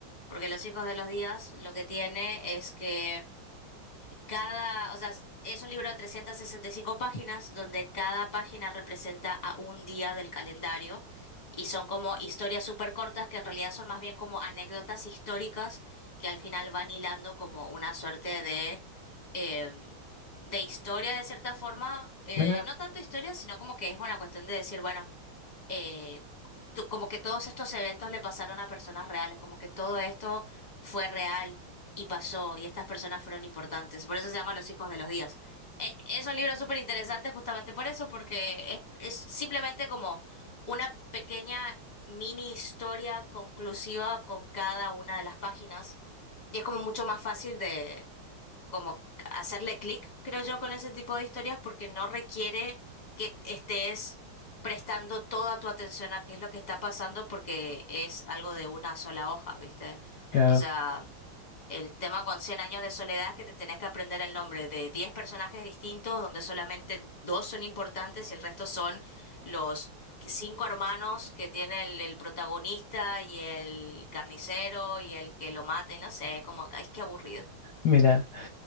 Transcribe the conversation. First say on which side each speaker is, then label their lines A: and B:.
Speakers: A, on the left; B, on the left.
A: Porque Los hijos de los días lo que tiene es que cada, o sea, es un libro de 365 páginas donde cada página representa a un día del calendario y son como historias súper cortas que en realidad son más bien como anécdotas históricas que al final van hilando como una suerte de, eh, de historia de cierta forma. eh,
B: Mira,
A: no tanto historia, sino como que es una cuestión de decir, bueno, eh, tu- como que todos estos eventos le pasaron a personas reales, como que todo esto fue real y pasó y estas personas fueron importantes. Por eso se llama Los hijos de los días. Eh, es un libro súper interesante justamente por eso, porque es, es simplemente como una pequeña mini historia conclusiva con cada una de las páginas y es como mucho más fácil como hacerle clic, creo yo, con ese tipo de historias porque no requiere que estés prestando toda tu atención a qué es lo que está pasando porque es algo de una sola hoja, ¿viste?
B: claro,
A: O sea, el tema con cien años de soledad es que te tenés que aprender el nombre de 10 personajes distintos donde solamente dos son importantes y el resto son los cinco hermanos que tiene el, el protagonista y el carnicero y el que lo mata y no sé, es como, ay, qué aburrido.
B: mira,